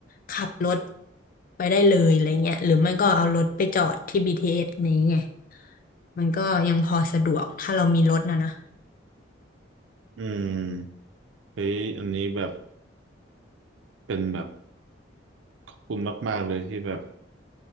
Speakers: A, on the left (about 45°); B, on the right (about 80°).
A: ขับรถไปได้เลยอะไรเงี้ยหรือไม่ก็เอารถไปจอดที่ BTS นี้ไงมันก็ยังพอสะดวกถ้าเรามีรถนะนะ
B: อืม เฮ้ยอันนี้แบบเป็นแบบขอบคุณมากๆเลยที่แบบ